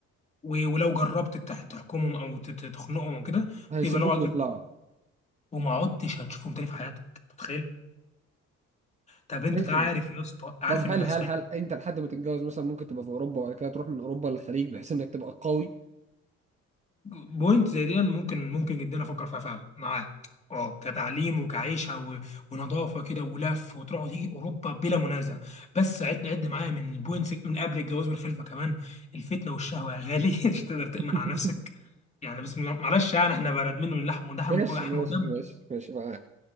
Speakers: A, on the left; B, on the right.
A: و- ولو جربت تح- تحكمهم او تت- تخنقهم او كده
B: هيسيبوك
A: تبقى لو
B: ويطلعوا
A: وما عدتش هتشوفهم تاني في حياتك أنت متخيل طب انت
B: ماشي
A: عارف
B: بس
A: يا اسطى عارف
B: طب
A: ان
B: هل
A: اللي هيحصل
B: هل هل انت لحد ما تتجوز مثلا ممكن تبقى في اوروبا وبعد كده تروح من اوروبا للخليج بحيث انك تبقى قوي
A: بوينت زي دي ممكن ممكن جدا افكر فيها فعلا معاك اه كتعليم وكعيشه و... ونظافه كده ولف وتروح وتيجي اوروبا بلا منازع بس عد عد معايا من البوينتس من قبل الجواز والخلفه كمان الفتنه والشهوه يا غالي <laughs> مش تقدر تامن
B: <laughs>
A: على نفسك يعني بسم الله معلش يعني احنا بلد منه من اللحم ودحم
B: ماشي
A: ولحم
B: ماشي
A: ودم
B: ماشي ماشي معاك